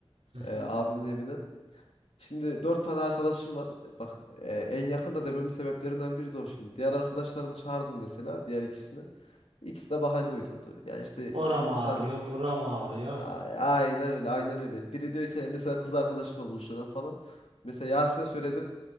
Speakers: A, on the right; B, on the left.
A: Hı hı.
B: e, abimin evine. Şimdi dört tane arkadaşım var. E, Bak e, en yakın da dememin sebeplerinden biri de o şimdi. Diğer arkadaşlarımı çağırdım mesela diğer ikisini. İkisi de bahane uydurdu. Yani işte
A: Oram
B: kimin
A: ağrıyor,
B: nişan...
A: buram ağrıyor.
B: A- Aynen öyle aynen öyle. Biri diyor ki mesela kız arkadaşımla buluşalım falan. Mesela Yasin'e söyledim.